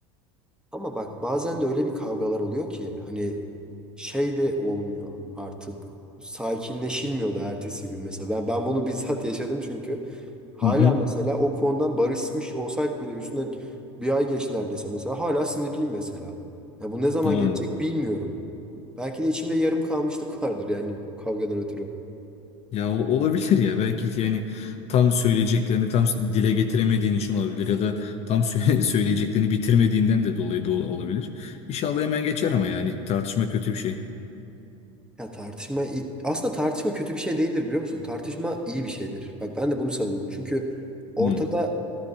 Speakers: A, in the centre; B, on the left.
A: Ama bak bazen de öyle bir kavgalar oluyor ki hani şey de olmuyor artık. Sakinleşilmiyor da ertesi gün mesela. Ben, ben bunu bizzat <laughs> yaşadım çünkü. Hala
B: Hı hı.
A: mesela o konudan barışmış olsak bile üstünden bir ay geç neredeyse mesela hala sinirliyim mesela. Ya bu ne zaman
B: Ha.
A: gelecek bilmiyorum. Belki de içimde yarım kalmışlık <laughs> vardır yani kavgadan ötürü.
B: Ya o- olabilir ya belki yani tam söyleyeceklerini tam dile getiremediğin için olabilir ya da tam sö- <laughs> söyleyeceklerini bitirmediğinden de dolayı da ol- olabilir. İnşallah hemen geçer ama yani tartışma kötü bir şey.
A: Ya tartışma iyi- aslında tartışma kötü bir şey değildir biliyor musun? Tartışma iyi bir şeydir. Bak ben de bunu savunurum. Çünkü ortada
B: Hmm.